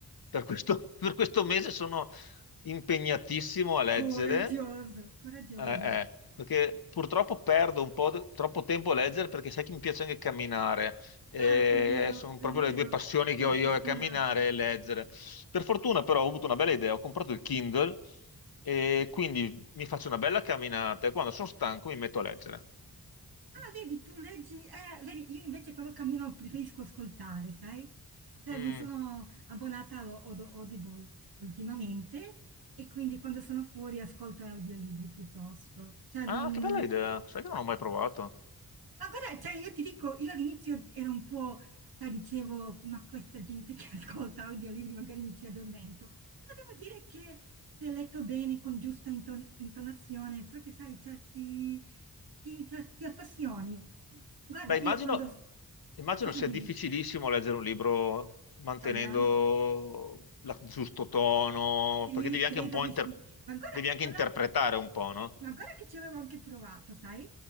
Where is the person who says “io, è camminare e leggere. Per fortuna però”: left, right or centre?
Left